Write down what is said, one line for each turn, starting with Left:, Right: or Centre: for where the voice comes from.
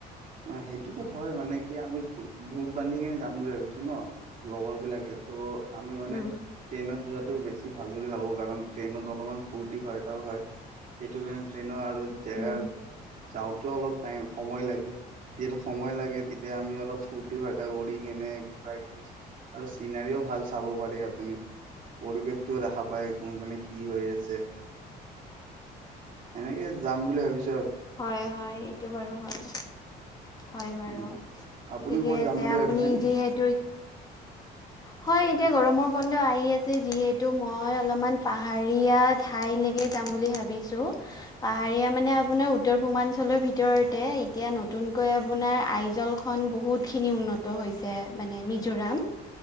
Right: অ' সেইটোতো হয়, মানে কি আমি গূ- গ্ৰুপ বান্ধি কিনে যাম বুলি ভাবিছোঁ ন'? লগৰবিলাকে, তো আমি মানে
Left: উম
Right: ট্ৰেইনত যোৱাটো বেছি ভাল বুলি ভাবোঁ। কাৰণ ট্ৰেইনত অলপমান ফূৰ্তি-ফাৰ্তাও হয়। সেইটো কাৰণে ট্ৰেইনৰ আৰু জেগাৰ
Left: হুম।
Right: যাওঁতেও অলপ টাইম- সময় লাগে। যিহেতু সময় লাগে তে তিয়া আমি অলপ ফুৰ্তি-ফাৰ্টা কৰি কেনে কিবাকিবি আৰু চিনাৰীও ভাল চাব পাৰে আপুনি। পৰিৱেশটোও দেখা পায়, কো- মানে কি হৈ আছে। এনেকে যাম বুলি ভাবিছ
Left: হয়-হয়, এইটো বাৰু হয়। হয় বাৰু।
Right: উম আপুনি
Left: ঠিকে
Right: ক'বাত যাম
Left: আছে।
Right: বুলি
Left: আপুনি
Right: ভাবিছেনে?
Left: যিহেতু হয়, এতিয়া গৰমৰ বন্ধ আহি আছে যিহেতু, মই অলপমান পাহাৰীয়া ঠাইলৈকে যা যাম বুলি ভাবিছোঁ। পাহাৰীয়া মানে আপোনাৰ উত্তৰ-পূৰ্বাঞ্চলৰ ভিতৰতে এতিয়া নতুনকৈ আপোনাৰ আইজলখন বহুতখিনি উন্নত হয় হৈছে মানে মিজোৰাম।